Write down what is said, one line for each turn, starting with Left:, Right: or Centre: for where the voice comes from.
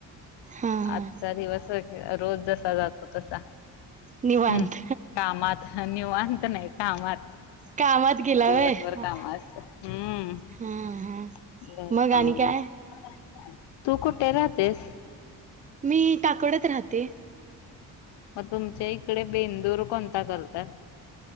Right: हा
Left: आजचा
Right: हा
Left: दिवस रोज जसा जातो तसा
Right: निवांत
Left: हम्म कामात निवांत नाय कामात
Right: कामात गेला
Left: दिवसभर
Right: व्हय हा
Left: काम असत हूं गेलता
Right: हा मग आणि
Left: मध्ये
Right: काय
Left: मग आणि काय, तू कुठे राहतेस?
Right: मी काकडत राहते.
Left: मग तुमच्या इकडे बेंदूर कोणता करतात?